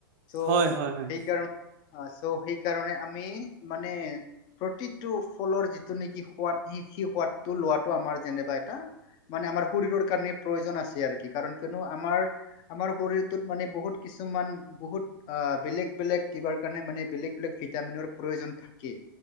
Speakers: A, on the left (about 35°); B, on the right (about 50°).
A: চ'
B: হয় হয় হয়
A: সেইকাৰণে আহ চ' সেইকাৰণে আমি মানে প্ৰতিটো ফলৰ যিটো নেকি সোৱাদ স সেই সোৱাদটো লোৱাটো আমাৰ যেনিবা এটা- মানে আমাৰ শৰীৰৰ কাৰণে প্ৰয়োজন আছে আৰু কি কাৰণ কিয়নো আমাৰ, আমাৰ শৰীৰটোত মানে বহুত কিছুমান বহুত আ বেলেগ বেলেগ কিবা কাৰণে মানে বেলেগ বেলেগ ভিটামিনৰ প্ৰয়োজন থাকে